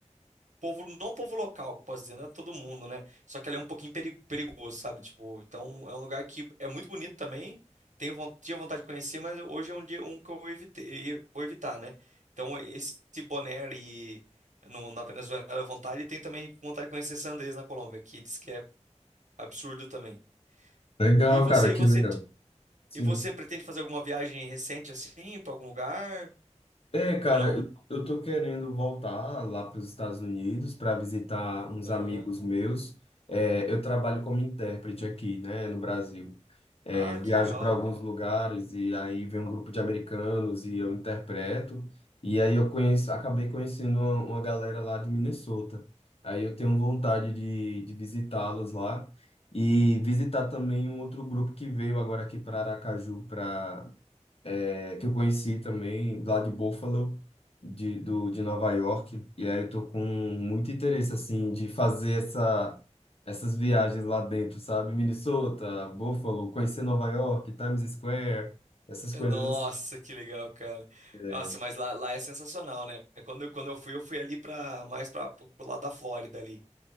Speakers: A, on the right; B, on the left.
A: povo, não povo local, que eu posso dizer, não é todo mundo, né? Só que ali é um pouquinho peri- perigoso, sabe? Tipo, então é um lugar que é muito bonito também. Tenho, von- tinha vontade de conhecer, mas hoje é um dia um que eu evitei, vou evitar, né? Então esse Bonaire ali no, na Venezuela é vontade, e tem também vontade de conhecer San Andrés na Colômbia, que diz que é absurdo também.
B: Legal,
A: E você,
B: cara,
A: e
B: que
A: você,
B: legal. Sim.
A: e você pretende fazer alguma viagem recente assim para algum lugar
B: É, cara,
A: ou não?
B: eu, eu tô querendo voltar lá para os Estados Unidos para visitar uns
A: Aham.
B: amigos meus. É, eu trabalho como intérprete aqui, né, no Brasil. É,
A: Ah,
B: eu
A: que
B: viajo
A: legal,
B: para alguns
A: cara.
B: lugares e aí vem um grupo de americanos e eu interpreto. E aí eu conheço, acabei conhecendo uma, uma galera lá de Minnesota. Aí eu tenho vontade de, de visitá-los lá e visitar também um outro grupo que veio agora aqui para Aracaju para é, que eu conheci também, lá de Buffalo, de, do, de Nova York. E aí eu tô com muito interesse, assim, de fazer essa, essas viagens lá dentro, sabe? Minnesota, Buffalo, conhecer Nova York, Times Square, essas coisas.
A: Nossa, que legal, cara.
B: assim.
A: Nossa, mas lá, lá é sensacional, né? Quando, eu- quando eu fui, eu fui ali para mais para pro pro lado da Flórida ali.